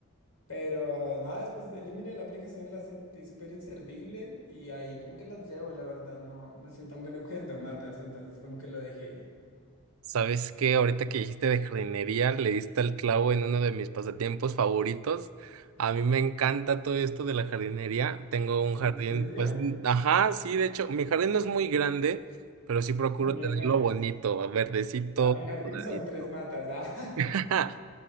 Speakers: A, on the left; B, on the right.
A: Pero nada, después eliminé la aplicación, la sentí súper inservible y ahí como que las llevo, la verdad, no, no soy tan bueno cuidando matas, entonces como que lo dejé
B: ¿Sabes qué? Ahorita que dijiste de jardinería, le diste al clavo en uno de mis pasatiempos favoritos. A mí me encanta todo esto de la jardinería. Tengo un
A: ¿En
B: jardín,
A: serio?
B: pues, mm, ajá, sí, de hecho, mi jardín no es muy grande, pero sí procuro
A: No, ni
B: tenerlo
A: menos.
B: bonito, verdecito,
A: Para mi jardín
B: cuidadito.
A: son tres matas. ah. <laughs>
B: <laughs>